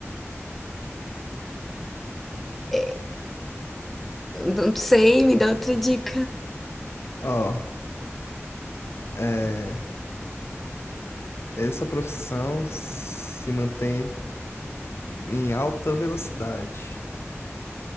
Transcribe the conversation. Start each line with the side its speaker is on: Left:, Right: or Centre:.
Centre: É, é, não sei, me dá outra dica.
Left: Ó, é, essa profissão se mantém em alta velocidade.